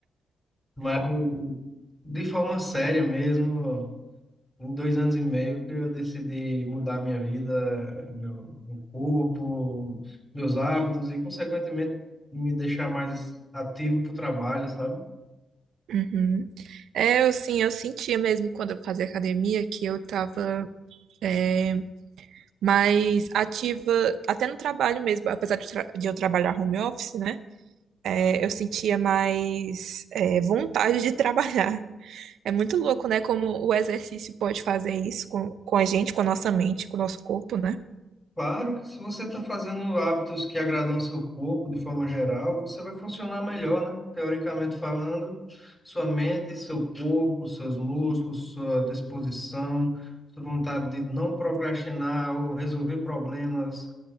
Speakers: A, on the left; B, on the right.
A: Mas de forma séria mesmo, em dois anos e meio que eu decidi mudar minha vida, meu, meu corpo, meus hábitos e, consequentemente, me deixar mais ativo para o trabalho, sabe?
B: uhum. É, eu sim, eu sentia mesmo quando eu fazia academia que eu tava é, mais ativa, até no trabalho mesmo, apesar de, eu tra- de eu trabalhar home office, né? é, eu sentia mais é, vontade de trabalhar. É muito louco, né? Como o exercício pode fazer isso com, com a gente, com a nossa mente, com o nosso corpo, né?
A: Claro que se você está fazendo hábitos que agradam ao seu corpo de forma geral, você vai funcionar melhor, né? Teoricamente falando, sua mente, seu corpo, seus músculos, sua disposição, sua vontade de não procrastinar ou resolver problemas,